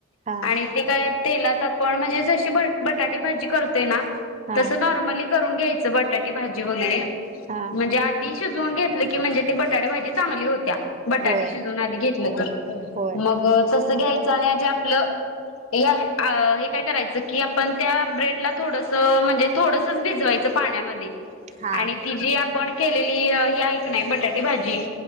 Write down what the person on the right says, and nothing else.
हा
हा
हा
होय
होय
हा